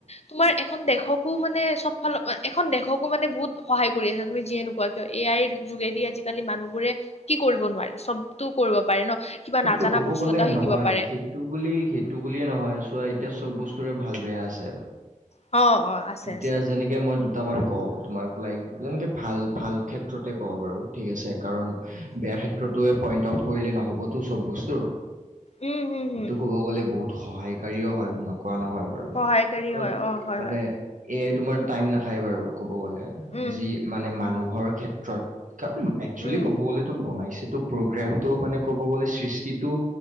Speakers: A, on the left; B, on the right.
A: তোমাৰ এখন দেশকো মানে চব ফাল, এখন দেশকো মানে বহুত সহায় কৰি আছে তুমি যিয়ে নোকোৱা এ আইৰ যোগেদি আজিকালি মানুহবোৰে কি কৰিব নোৱাৰে? চবটো কৰিব পাৰে ন? কিবা
B: সেইটোৱে
A: নাজানা
B: ক'ব
A: বস্তু
B: গ'লে
A: এটা শিকিব
B: নহয়
A: পাৰে
B: সেইটো বুলি, সেইটো বুলিয়ে নহয়। চোৱা এতিয়া চব বস্তুৰে ভাল বেয়া আছে।
A: অ অ আছে
B: এতিয়া
A: আছে
B: যেনেকে মই দুটামান কওঁ তোমাক, লাইক যেনেকে ভাল- ভাল ক্ষেত্ৰতে কওঁ বাৰু। ঠিক আছে, কাৰণ বেয়া ক্ষেত্ৰটোৱে পইণ্ট আউট কৰিলে নহ'বতো চব বস্তুৰ।
A: উম হম হম
B: এইটো ক'ব গ'লে বহুত সহায়কাৰীও হয় নকোৱা নহয়। কাৰণ
A: সহায়কাৰী হয় অ হয়
B: মানে
A: হয়
B: এ আই তোমাৰ টাইম নাখায় বাৰু ক'ব গ'লে।
A: উম
B: যি মানে মানুহৰ ক্ষেত্ৰত, কাৰণ একচুৱেলি
A: উম
B: ক'ব গ'লেতো বনাইছেতো প্ৰগ্ৰেমটো মানে ক'ব গ'লে সৃষ্টিটো